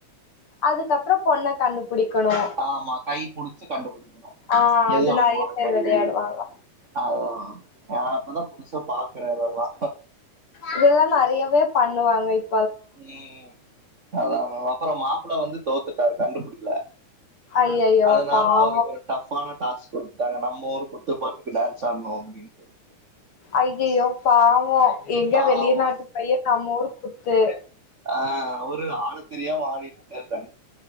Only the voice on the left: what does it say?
அதுக்கப்றோப் பொண்ண கண்டுப் புடிக்கணு
ஆ
அது
நெறைய பேர்
விளையாடுவாங்க
இதெல்லா நெறையவேப் பண்ணுவாங்க இப்
ஐயையோ
பாவோ
ஐயய்யோ பாவொ எங்க
வெளி நாட்டுப் பையே நம்ம ஊருக் குத்து